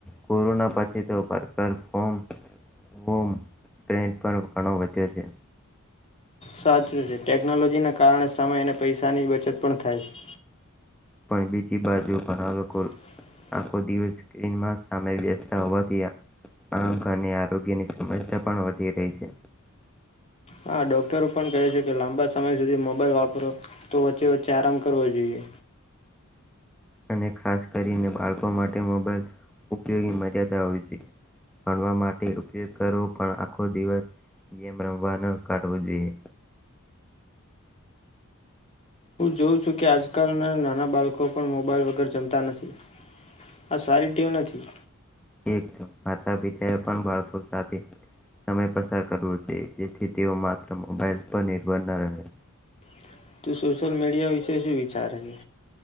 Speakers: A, in the centre; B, on the left (about 30°).
A: કોરોના પછી તો વર્કર ફ્રોમ <unintelligible> <unintelligible> પણ ઘણો વધ્યો છે.
B: સાચું છે, ટેકનોલોજીના કારણે સમય અને પૈસાની બચત પણ થાય છે.
A: પણ બીજી બાજુ ઘણા લોકો
B: <inaudible>
A: આખો દિવ સ્ક્રીનમાં સામે <unintelligible> <unintelligible> અને આરોગ્યની સમસ્યા પણ વધી રહી છે.
B: હા ડોક્ટરો પણ કહે છે કે લાંબા સમય સુધી મોબાઈલ વાપરો તો વચ્ચે વચ્ચે આરામ કરવો જોઈએ.
A: અને ખાસ કરીને બાળકો માટે મોબાઈલ ઉપયોગી મર્યાદા હોવી જોઈએ, ભણવા માટે ઉપયોગ કરવો પણ આખો દિવસ, ગેમ રમવા ન કાઢવો જોઈએ.
B: હું જોઉં છું કે આજકાલના નાના બાળકો પણ મોબાઈલ વગર જમતા નથી, આ સારી ટેવ નથી.
A: એકમ માતા પિતાએ પણ બાળકો સાથે, સમય પસાર કરવો જોઈ જેથી તેઓ માત્ર મોબાઈલ પર નિર્ભર ન રહે.
B: <unintelligible> સોશિયલ મીડિયા વિશે શું વિચારે છે.